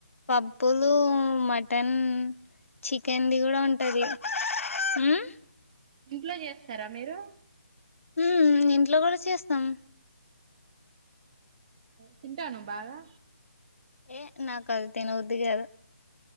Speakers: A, on the left (about 75°); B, on the right (about 25°).
A: పప్పులు మటన్ చికెన్ది కూడా ఉంటది హ్మ్మ్
B: ఇంట్లో చేస్తారా మీరు
A: హమ్ ఇంట్లో కూడా చేస్తాం
B: తింటవ నువ్వు బాగా
A: హే నాకు అది తినబుద్ది కాదు